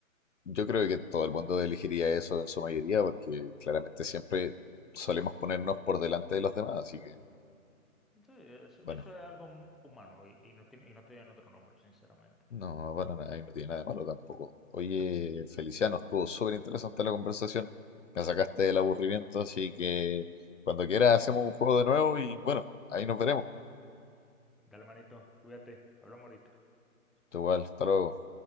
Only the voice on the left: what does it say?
yo creo que todo el mundo elegiría eso en su mayoría, porque claramente siempre solemos ponernos por delante de los demás, así que,
bueno,
No, para nada, y no tiene nada de malo tampoco. Oye, Feliciano, estuvo súper interesante la conversación. Me sacaste del aburrimiento, así que cuando quieras hacemos un juego de nuevo y bueno, ahí nos veremos.
Igual, hasta luego.